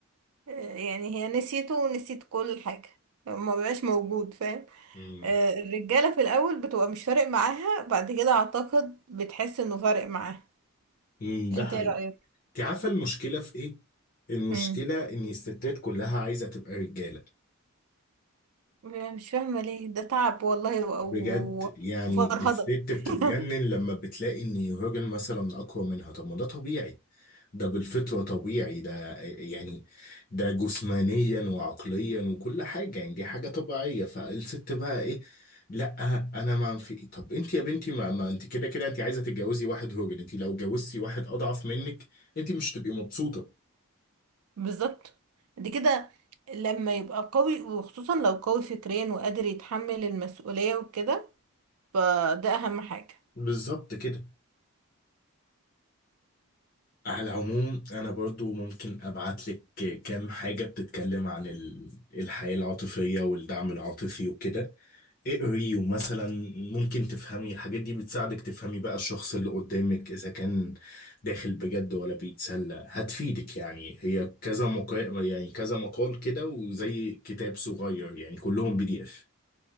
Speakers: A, on the right; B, on the left.
A: آه، يعني هي نسيته ونسيت كل حاجة ما بقاش موجود فاهم
B: امم
A: آه، الرجالة في الأول بتبقى مش فارق معاها بعد كده أعتقد بتحس انه فارق معاها
B: امم ده
A: انت ايه
B: انت
A: رأيك؟
B: عارفه المشكله في ايه المشكله
A: مم.
B: ان الستات كلها عايزه تبقى رجاله
A: مش فاهمة ليه ده تعب والله و-
B: بجد
A: و-
B: يعني
A: وفرهضة
B: الست بتتجنن
A: <laughs>
B: لما بتلاقي ان الراجل مثلا اقوى منها طب ما ده طبيعي ده بالفطره طبيعي ده يعني ده جسمانيا وعقليا وكل حاجه يعني دي حاجه طبيعيه فالست بقى ايه لا انا ما في إيه؟ طب انت يا بنتي ما, ما انت كده كده انت عايزه تتجوزي واحد راجل انت لو اتجوزتي واحد اضعف منك انت مش هتبقي مبسوطه
A: بالظبط دي كده لما يبقى قوي وخصوصا لو قوي فكريا وقادر يتحمل المسؤولية وكده فده أهم حاجة
B: بالظبط كده على العموم انا برضو ممكن ابعت لك كام حاجة بتتكلم عن ال- الحياة العاطفية والدعم العاطفي وكده اقري ومثلا ممكن تفهمي الحاجات دي بتساعدك تفهمي بقى الشخص اللي قدامك اذا كان داخل بجد ولا بيتسلى هتفيدك يعني هي كذا مقال يعني كذا مقال كده وزي كتاب صغير يعني كلهم بي دي اف